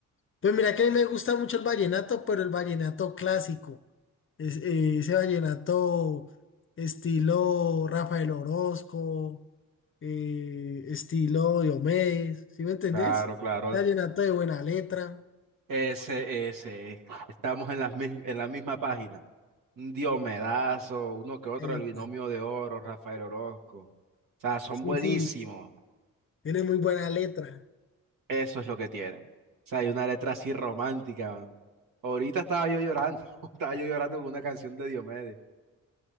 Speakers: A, on the left; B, on the right.
A: Pues mira que a mí me gusta mucho el vallenato, pero el vallenato clásico. Es- eh, ese vallenato estilo Rafael Orozco, eh, estilo Diomedes, ¿sí me entendés?
B: Claro, claro.
A: Vallenato de buena letra.
B: Ese, ese. Estamos en la, en la misma página. Un Diomedazo, uno que otro,
A: Epa,
B: el Binomio de Oro, Rafael Orozco. O sea, son
A: sí,
B: buenísimos.
A: sí, tiene muy buena letra.
B: Eso es lo que tienen. O sea, hay una letra así romántica, mano. Ahorita estaba yo llorando, <laughs> estaba yo llorando con una canción de Diomedes.